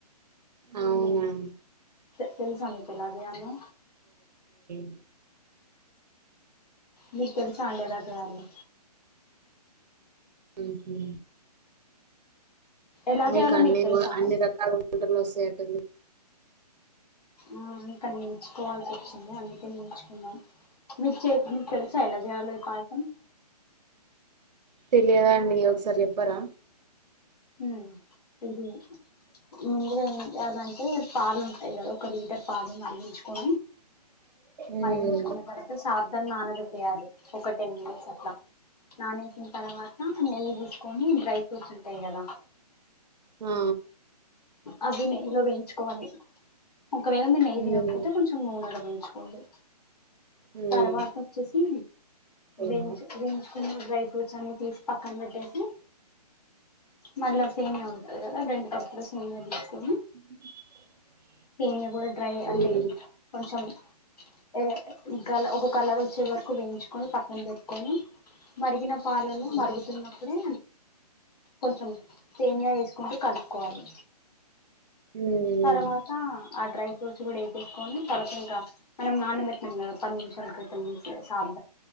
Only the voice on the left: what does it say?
తె తెల్సా అనుకున్నాను నేను
మీకు తెల్సా అండి ఎలా చేయాలో?
ఎలా
చేయాలో
తెలుసా
ఆ ఇంకా నేర్చుకోవాల్సి వచ్చింది అందుకే నేర్చుకున్నాను మీకు చే తెలుసా ఎలా జేయాలో ఈ పాయసం?
మ్ ఇది ముందుగా ఎ అదంటే పాలుం ఇద ఒక లీటర్ పాలు మరీగించుకో
మరిగించుకున్న తర్వాత సార్ధ నానలుపయాలి ఒక టెన్ మినిట్స్ అట్లా నాన వేసిన తర్వాత నెయ్యి తీసుకొని డ్రై ఫ్రూట్స్ ఉంటాయి కదా
అది నెయ్యిలో వేయించుకోవాలి ఇంగ ఒకవేళ మీరు నెయ్యి తినకపోతే
కొంచెం నూనెలో వేయిం చాలి
తర్వాత వచ్చేసి
వేయించు వేయించు ఈ డ్రై ఫ్రూట్స్ అన్ని తీసి పక్కన పెట్టేసి మళ్ళా సేమ్యా ఉంటంది కదా రెండు కప్పులు సేమియా తిస్కొని
సేమియా కూడా డ్రై
అంటే కొంచెం ఏ అంటే ఇంకాల ఒక కలర్ వచ్చే వరకు వేయించుకొని పక్కన పెట్టుకొని మరిగిన పాలలో
మరుగుతున్నప్పుడే కొంచెం సేమియా వేసు కుని కలుపుకోవాలి
తర్వాత ఆ డ్రై ఫ్రూట్స్ కూడా వేసేసుకొని తర్వాత ఇంకా మనం నానబెట్నాం కదా పది నిమిషాల క్రితం చే సా